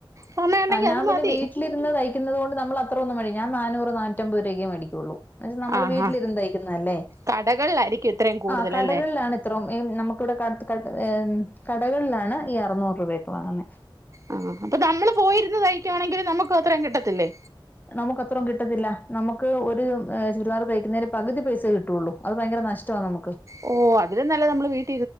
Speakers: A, on the right; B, on the left.
A: സമയം ഉണ്ടെങ്കി
B: ആ ഞാൻ
A: അത്
B: പിന്നെ
A: മതി
B: വീട്ടിലിരുന്ന് തയ്ക്കുന്നത് കൊണ്ട് നമ്മൾ അത്ര ഒന്നും മേടിക്ക ഞാൻ നാനൂറ് നാനൂറ്റമ്പത് രൂപയൊക്കെയെ മേടിക്കോള്ളൂ ന്ന് വെച്ചാ നമ്മള്
A: ആഹാ
B: വീട്ടിലിരുന്ന് തൈക് ന്നല്ലേ
A: കടകളിലായിരിക്കും ഇത്രയും കൂടുതലല്ലേ
B: ആ കടകളിലാണ് ഇത്രോം ഈ നമുക്കിവിടെ കട കട് ഏം കടകളിലാണ് ഈ അറുന്നൂറ് രൂപയൊക്കെ വാങ്ങുന്നത്
A: ആ അപ്പൊ നമ്മള് പോയിരുന്ന് തയിക്കുവാണെങ്കിൽ നമുക്ക് അത്രേം കിട്ടത്തില്ലേ
B: നമുക്ക് അത്രേം കിട്ടത്തില്ല നമുക്ക് ഒരു ചുരിദാർ തയിക്കുന്നേല് പകുതി പൈസ കിട്ടുള്ളൂ അത് ഭയങ്കര നഷ്ടമാ നമുക്ക്
A: ഓ അതിലും നല്ലത് നമ്മള് വീട്ട്